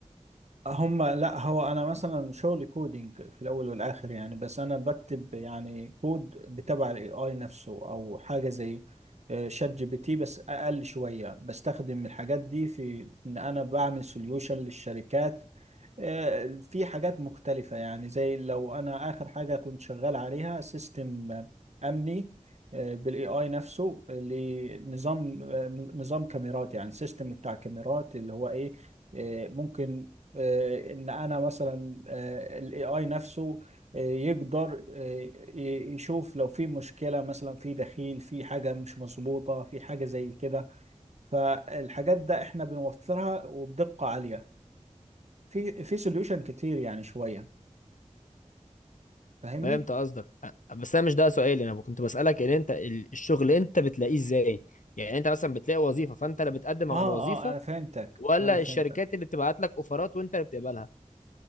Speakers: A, on the right; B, on the left.
A: هم لا هو انا مثلا شغلي كودينج في الاول والاخر يعني بس انا بكتب يعني كود بتبع الاي اي نفسه او حاجه زي آه، شات جي بي تي بس اقل شويه بستخدم الحاجات دي في ان انا بعمل سوليوشن للشركات آه، في حاجات مختلفة يعني زي لو أنا آخر حاجة كنت شغال عليها سيستم آه، أمني بالاي اي نفسه لنظام آه، نظام كاميرات يعني سيستم بتاع كاميرات اللي هو ايه آه، ممكن آه، ان انا مثلا الاي اي نفسه آه، يقدر آه، ي- يشوف لو في مشكلة مثلا في دخيل في حاجة مش مظبوطة في حاجة زي كده فالحاجات ده احنا بنوفرها وبدقة عالية في في سوليوشن كتير يعني شويه فاهمني
B: فهمت قصدك أ- بس انا مش ده سؤالي انا كنت بسألك ان انت ال- الشغل انت بتلاقيه ازاي يعني انت مثلا بتلاقي وظيفة فانت اللي بتقدم
A: اه
B: على الوظيفة
A: اه انا فهمتك
B: ولا
A: انا فهمتك
B: الشركات اللي بتبعت لك اوفرات وانت اللي بتقبلها